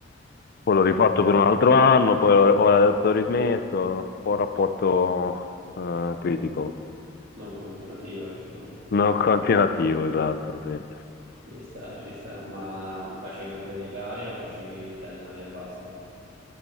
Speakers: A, on the left; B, on the right.
A: Poi l'ho rifatto per un altro anno, poi ho- ora adesso ho rismesso, un po' rapporto eh, critico,
B: non continuativa, diciamo.
A: non <laughs> continuativo, esatto, sì.
B: Ci sta, ci sta, ma facevi anche delle gare o facevi, ti allenavi e basta?